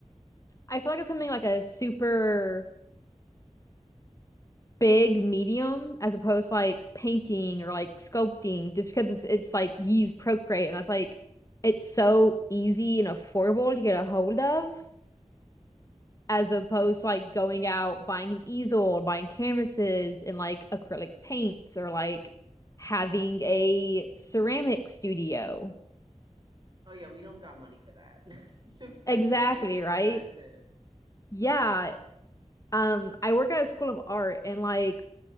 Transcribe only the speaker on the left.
I feel like it's something like a super big medium as opposed to like painting or like sculpting just because it's it's like you use Procreate and that's like it's so easy and affordable to get a hold of. as opposed to like going out buying an easel or buying canvases and like acrylic paints or like having a ceramic studio.
Exactly,
right?
Yeah. Um, I work at a school of art and like